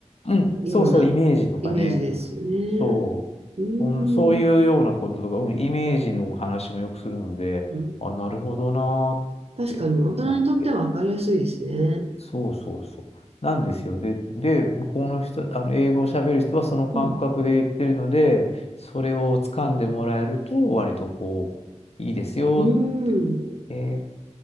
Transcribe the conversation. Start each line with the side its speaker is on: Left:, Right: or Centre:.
Left: うん、
Right: ようなイメージですよね。
Left: そうそう、イメージとかね、そう。
Right: うー
Left: そん、そういうようなこととか、
Right: ん。
Left: うん、イメージの話もよくするので、
Right: うん
Left: あ、なるほどなーって思って。
Right: 確かに大人にとっては分かりやすいですね。
Left: そうそうそう。なんですよ。で、で、向こうの人、あの、英語を喋る人はその感覚で言ってるので、
Right: うん。
Left: それを掴んでもらえると、割とこう、いいですよって、
Right: うーん。
Left: えー